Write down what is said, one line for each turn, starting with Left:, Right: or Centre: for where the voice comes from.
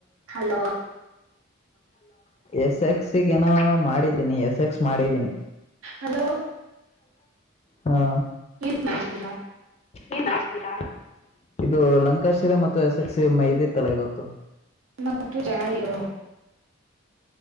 Right: ಹಲೋ
Left: ಎಸ ಎಕ್ಸಿಕ್ಏನ ಮಾಡಿದ್ದೀನಿ ಎಸ್ ಎಕ್ಸ್ ಮಾಡಿದ್ದೀನಿ
Right: ಹಲೋ
Left: ಹಾ
Right: ಏನ್ ಮಾಡ್ತಿದ್ದೀರಾ
Left: ಏನ್ ಮಾಡಿದ್ದೀರಾ ಇದು ಲಂಕಾಶಿರ ಮತ್ತು ಎಸ್ ಎಕ್ಸ ಮೈದಿ ತಲ ಇವತ್ತು
Right: ನ ತುರೋ